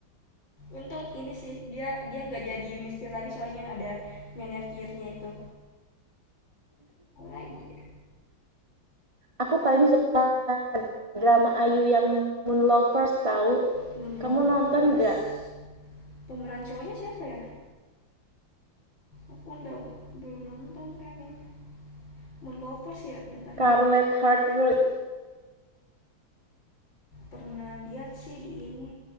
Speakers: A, on the left; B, on the right.
A: untung ini sih, dia dia nggak jadi miskin lagi soalnya ada manajernya itu. Apalagi ya?
B: Aku paling suka drama Ayu yang Moon Lovers tahu.
A: Moon
B: Kamu
A: Lovers,
B: nonton nggak?
A: pemeran cowoknya siapa ya? Aku udah belum nonton Kak, kayaknya. Moonlovers ya, bentar
B: Scarlet
A: ya.
B: Heart Road.
A: Pernah lihat sih di ini